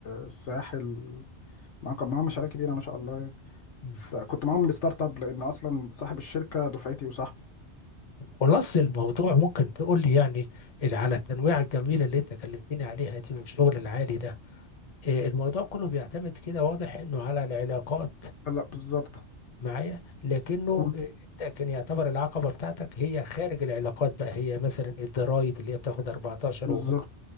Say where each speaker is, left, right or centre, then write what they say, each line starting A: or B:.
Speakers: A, on the left (about 80°); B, on the left (about 35°).
A: الساحل ما كان معاهم مشاريع كبيرة ما شاء الله يعني.
B: أمم.
A: فكنت معاهم الستارت اب لأن أصلا صاحب الشركة دفعتي وصاحبي
B: خلاص الموضوع ممكن تقول لي يعني ال- على التنويعة الجميلة اللي انت كلمتني عليها دي والشغل العالي ده إيه، الموضوع كله بيعتمد كده واضح انه على العلاقات
A: لا بالظبط
B: معايا لكنه
A: مم.
B: آه، انت كان يعتبر العقبه بتاعتك هي خارج العلاقات بقى هي مثلا الضرايب اللي هي بتاخد 14
A: بالظبط
B: وممكن